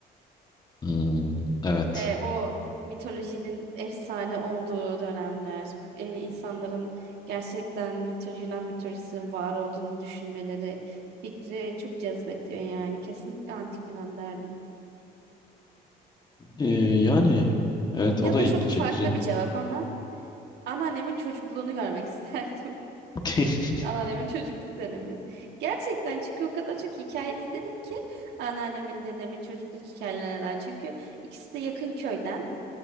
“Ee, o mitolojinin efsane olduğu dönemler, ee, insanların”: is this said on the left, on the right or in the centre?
Right